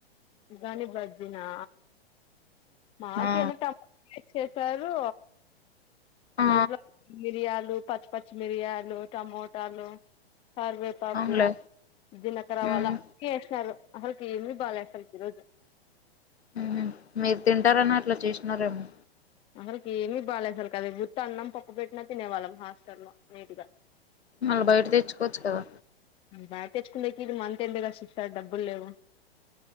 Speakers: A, on the left; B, on the left.
A: ఉగ్గని బజ్జీనా మాకేనా
B: ఆ
A: ట చెప్పేరు
B: ఆ
A: మైంట్లో మిరియాలు పచ్చ పచ్చమిరియాలు టమోటలు కార్వేపాకు
B: అవునులే
A: దినకర
B: మ్మ్
A: వల్లందుకే ఏసినారు అసల్కి ఏమిీ బాలేదు అసలు ఇ రోజు
B: హ్మ్ మీరు తింటారని అట్లా చేసినారేమో
A: అసల్కి ఏమి బేలెశాలకి కదా ఉత్తన్నం పప్పు పెట్టినా తినేవాళ్ళం హాస్టల్లో నీట్గా
B: మళ్ళా బైట తెచ్చుకోచ్చు కదా
A: ఉమ్ బాగా తెచ్చుకుండేకి ఇది మంత్ కదా షిఫా డబ్బులు లేవు